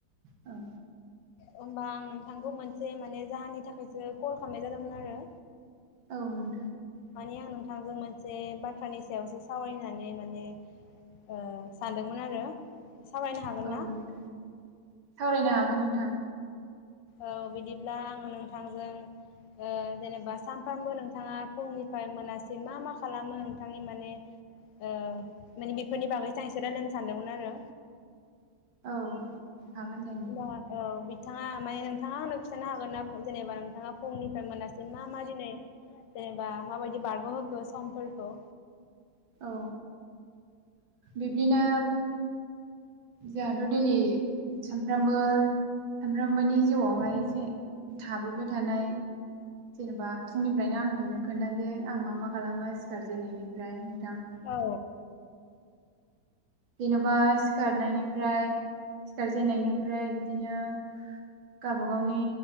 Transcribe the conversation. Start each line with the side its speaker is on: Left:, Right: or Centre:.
Right: औ
Left: होमबा आं नोंथांखौ मोनसे माने जाहोननि थाखायसो कल खालामनाय जादोंमोन आरो
Right: औ नोंथां।
Left: माने आं नोंथांजों मोनसे बाथ्रानि सायावसो सावरायनो होननानै माने ओ सानदोंमोन आरो सावरायनो हागोन
Right: औ
Left: ना
Right: नोंथां सावरायनो हागोन नोंथां।
Left: औ बिदिब्ला आङो नोंथांजों ओ जेनेबा सानफ्रामबो नोंथाङा फुंनिफ्राय मोनासै मा मा खालामो नोंथांनि माने ओ बेफोरनि बागैसो आं एसे रायलायनो सानदोंमोन आरो।
Right: औ। हागोन दे नोंथां
Left: होम बा अ बिद थाङा माने नोंथाङा आंनो खिन्थानो हागोन ना जेनेबा नोंथाङा फुंनिफ्राय मोनासिम मा मा दिनै जेनेबा माबायदि बारग'होखो सानफोरखौ
Right: औ बिब्दिनो जोंहाथ' दैलि सानफ्रामबो सामफ्रामबोनि जिउआवहाय जे थाबोबाय थानाय जेनेबा फुंनिफ्रायनो आं नोंनो खोन्थानोसै जे आं मा मा खालामो सिखारजेननायनि फ्राय नोंथां
Left: औ
Right: जेन'बा सिखारनायनिफ्राय सिखारजेननायनिफ्राय बिदिनो गावबा गावनि